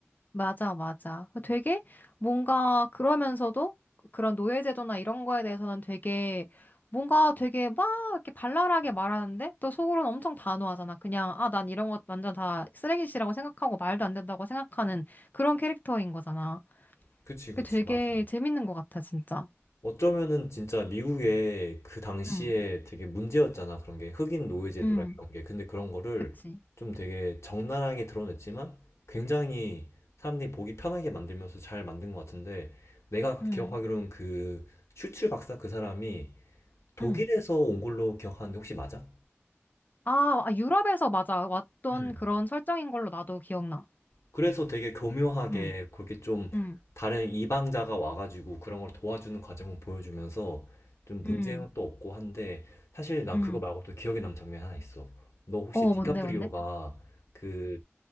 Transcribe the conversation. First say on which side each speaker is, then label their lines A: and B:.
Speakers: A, on the left; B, on the left.
A: 맞아, 맞아. 되게 뭔가 그러면서도 그런 노예제도나 이런 거에 대해서는 되게 뭔가 되게 막 이렇게 발랄하게 말하는데 또 속으로는 엄청 단호하잖아. 그냥 아, 난 이런 것 완전 다 쓰레기시라고 생각하고 말도 안 된다고 생각하는 그런 캐릭터인 거잖아.
B: 그치, 그치,
A: 그게 되게
B: 맞아.
A: 재밌는 것 같아, 진짜.
B: 어쩌면은 진짜 미국의 그 당시에
A: 응,
B: 되게 문제였잖아. 그런 게 흑인 노예 제도라
A: 응
B: 이런 게. 근데 그런 거를
A: 그치.
B: 좀 되게 적나라하게 드러냈지만 굉장히 사람들이 보기 편하게 만들면서 잘 만든 것 같은데 내가
A: 응,
B: 기억하기로는 그 슈츠 박사 그 사람이 독일에서
A: 응.
B: 온 걸로 기억하는데 혹시 맞아?
A: 아, 아, 유럽에서 맞아. 왔던
B: 음.
A: 그런 설정인 걸로 나도 기억나.
B: 그래서 되게 교묘하게
A: 응,
B: 그렇게 좀
A: 응,
B: 다른 이방자가 와가지고 그런 걸 도와주는 과정을 보여주면서 좀 문제는
A: 응,
B: 또 없고 한데 사실 난
A: 응.
B: 그거 말고 또 기억에 남는 장면이 하나 있어. 너 혹시
A: 어,
B: 디카프리오가
A: 뭔데, 뭔데?
B: 그